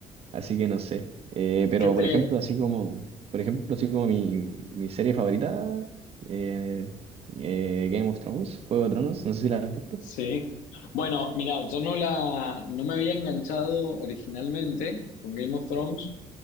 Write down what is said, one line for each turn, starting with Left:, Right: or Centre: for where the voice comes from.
Right: así que no sé. Eh, pero
Left: ¿Qué te,
Right: por ejemplo, así como, por ejemplo, así como mi, mi serie favorita, eh, eh, Game of Thrones, Juego de Tronos, no sé si la has visto.
Left: Sí. Bueno, mira, yo no la, no me había enganchado originalmente con Game of Thrones